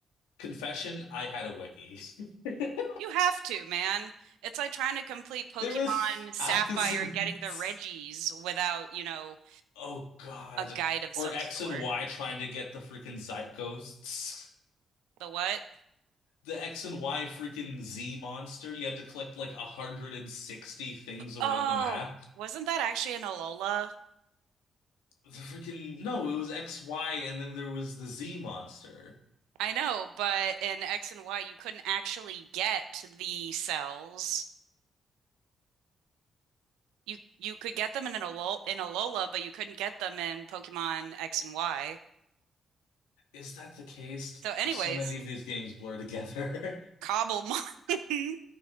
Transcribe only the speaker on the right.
You have to, man. It's like trying to complete Pokemon
Sapphire and getting the Reggies without, you know,
a guide of
some
sort.
The what?
Oh,
wasn't that actually an Alola?
I know, but in X and Y, you couldn't actually get the cells. You you could get them in an Alola, in Alola, but you couldn't get them in Pokemon X and Y.
So, anyways,
Cobblemon. <laughs>